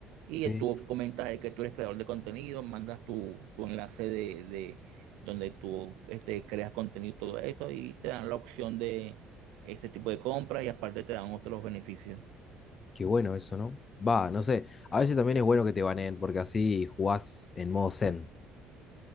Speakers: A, on the right; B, on the left.
A: y
B: Sí,
A: tú comentas ahí que tú eres creador de contenido, mandas tu, tu enlace de, de donde tú este, creas contenido y todo eso y te dan la opción de ese tipo de compras y aparte te dan otros beneficios.
B: qué bueno eso, ¿no? Va, no sé, a veces también es bueno que te baneen porque así jugás en modo zen.